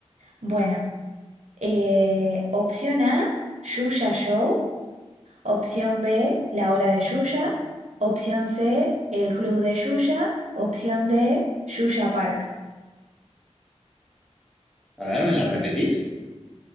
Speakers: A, on the right; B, in the centre.
A: Bueno. Eh, opción A, Yuya Show. Opción B, La Hora de Yuya. Opción C, El Club de Yuya. Opción D, Yuya Park.
B: A ver, ¿me las repetís?